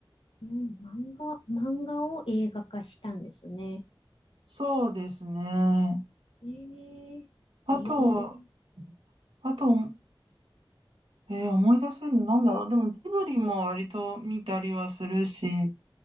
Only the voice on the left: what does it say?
うん漫画、漫画を映画化したんですね。
ええええ